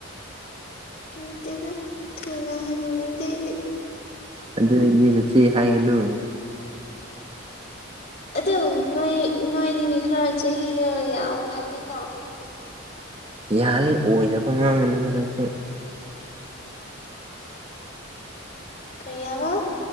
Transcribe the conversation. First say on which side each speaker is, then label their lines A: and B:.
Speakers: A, on the left; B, on the right.
A: ꯅꯠꯇꯦꯗ ꯊꯨꯅ ꯍꯅꯨꯅꯤꯡꯗꯦ ꯑꯩꯗꯤ
B: ꯑꯗꯨꯗꯤ ꯅꯆꯦ ꯍꯥꯏꯒꯅꯨ
A: ꯑꯗꯨ ꯅꯣꯏ ꯅꯣꯏꯗꯤ ꯈꯔ ꯆꯍꯤꯗ ꯌꯥꯝꯍꯜꯂꯤꯅꯣ
B: ꯌꯥꯔꯦ ꯑꯣꯏꯗꯕ ꯉꯥꯡꯉꯅꯨꯗ ꯅꯪꯁꯨ
A: ꯀꯩ ꯍꯥꯢꯕ